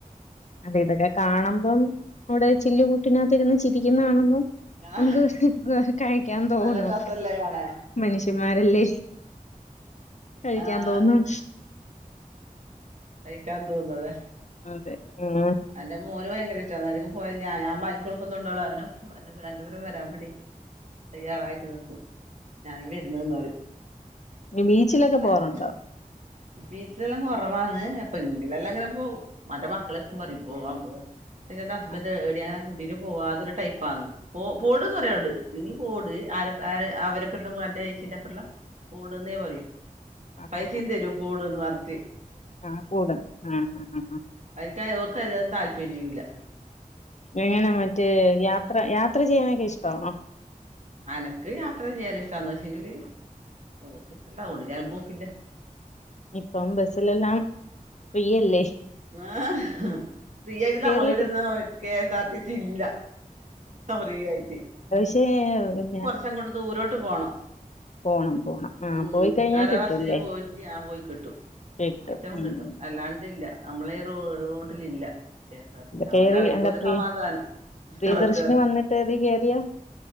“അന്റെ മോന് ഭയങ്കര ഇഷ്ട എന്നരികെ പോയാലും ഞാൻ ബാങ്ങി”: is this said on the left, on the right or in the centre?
Right